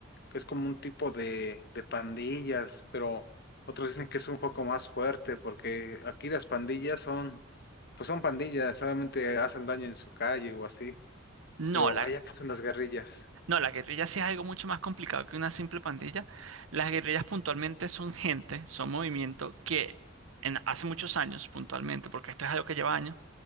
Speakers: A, on the left; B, on the right.
A: que es como un tipo de, de pandillas, pero otros dicen que es un poco más fuerte porque aquí las pandillas son, pues son pandillas, solamente hacen daño en su calle o así,
B: No,
A: pero
B: la,
A: allá que son las guerrillas.
B: No, la guerrilla sí es algo mucho más complicado que una simple pandilla. Las guerrillas puntualmente son gente, son movimiento que en, hace muchos años puntualmente, porque esto es algo que lleva años,